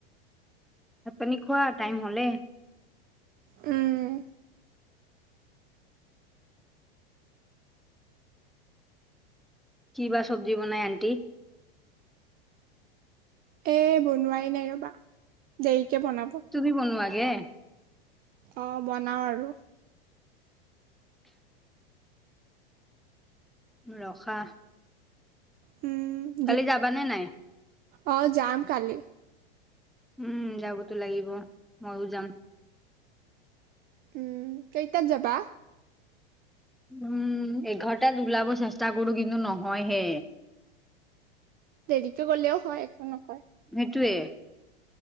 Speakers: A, in the centre; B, on the right (about 30°).
A: তাত পানী খোৱা টাইম হলে।
B: উম
A: কিবা চব্জি বনাই আন্টি।
B: এ বনোৱাই নাই ৰবা, দেৰিকে বনাব।
A: তুমি বনোৱা গে।
B: অঁ বনাওঁ আৰু।
A: ৰখা।
B: উম
A: কালি যাবা নে নাই?
B: অঁ যাম কালি।
A: উম যাবতো লাগিব, ময়ো যাম।
B: উম, কেইটাত যাবা?
A: উম এঘৰটাাত ওলাব চেষ্টা কৰো কিন্তু নহয়হে।
B: দেৰিকে গ'লেও হয় একো নকয়।
A: সেইটোৱে